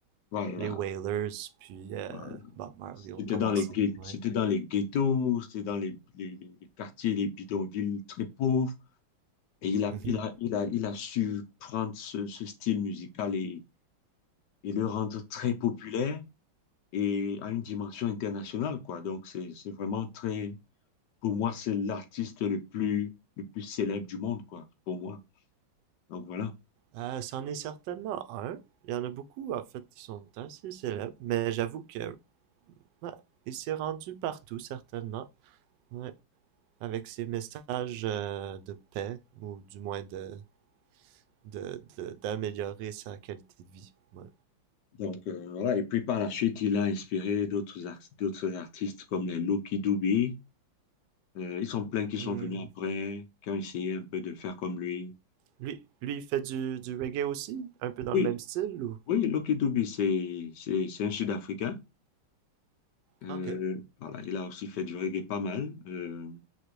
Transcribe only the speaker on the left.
voilà.
voilà.
C'était
dans les, guet-
c'était dans les ghettos, c'était dans les, les, les- les quartiers, les bidonvilles très pauvres. Et il a,
il a, il a, il a su prendre ce, ce style musical et, et le rendre très populaire et à une dimension internationale, quoi. Donc, c'est, c'est vraiment très, pour moi, c'est l'artiste le plus, le plus célèbre du monde, quoi, pour moi. Donc, voilà.
Donc, euh, voilà. Et puis, par la suite, il a inspiré d'autres ar- d'autres artistes comme les Lucky Dube. Euh, ils sont pleins qui
sont venus après, qui ont essayé un peu de faire comme lui.
Oui,
oui, Lucky Dube, c'est, c'est, c'est un Sud-Africain. Euh,
voilà, il a aussi fait du reggae pas mal. Euh,